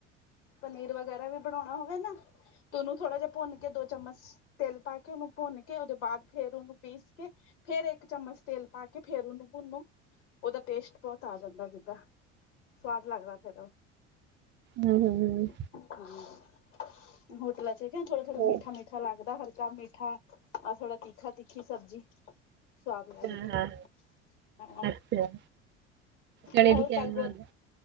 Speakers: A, on the left; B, on the right.
A: ਪਨੀਰ ਵਗੈਰਾ ਵੀ ਬਣਾਣਾ ਹੋਵੇ, ਨਾ ਤੇ ਉਹਨੂੰ ਥੋੜਾ ਜਿਹਾ ਭੁੰਨ ਕੇ ਦੋ ਚਮਚ ਤਿਲ ਪਾ ਕੇ ਉਹਨੂੰ ਭੁੰਨ ਕੇ ਉਹਦੇ ਬਾਅਦ ਫੇਰ ਉਹਨੂੰ ਪੀਸ ਕੇ ਫੇਰ ਇੱਕ ਚਮਚ ਤੇਲ ਪਾ ਕੇ ਫੇਰ, ਉਹਨੂੰ ਭੁੰਨੋ ਉਹਦਾ ਟੇਸਟ ਬਹੁਤ ਆ ਜਾਂਦਾ ਜਿੱਦਾਂ। ਸਵਾਦ ਲੱਗਦਾ, ਫੇਰ ਉਹ
B: ਹੂੰ-ਹੂੰ-ਹੂੰ,
A: ਹਾਂ ਹੋਟਲਾ ਚ ਕ ਥੋੜਾ ਥੋੜਾ
B: ਹੂੰ
A: ਮੀ ਮੀਠਾ ਲੱਗਦਾ, ਹਲਕਾ ਮੀਠਾ ਆਹ ਥੋੜਾ ਤੀਖਾ ਤਿੱਖੀ ਸਬਜ਼ੀ। ਸਵਾਦ ਲੱਗਦੀ
B: ਹਾਂ ਹਾਂ
A: ਹੈ, ਹਾਂ
B: ਅੱਛਾ ਚਣੇ
A: ਹੋਰ
B: ਦੀ ਕਿਵੇਂ
A: ਕੱਲ
B: ਬਣਾਉਂਦੇ
A: ਗੋਰ